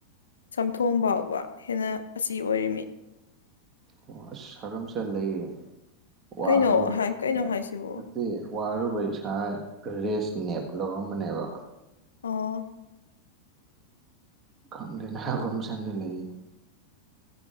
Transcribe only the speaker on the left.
ꯆꯝꯊꯣꯡ ꯐꯥꯎꯕ ꯍꯦꯟꯅ ꯃꯆꯤ ꯑꯣꯏꯔꯤꯝꯃꯤ
ꯀꯩꯅꯣ ꯍꯥꯏ ꯀꯩꯅꯣ ꯍꯥꯏꯁꯤꯕꯣ
ꯑꯣ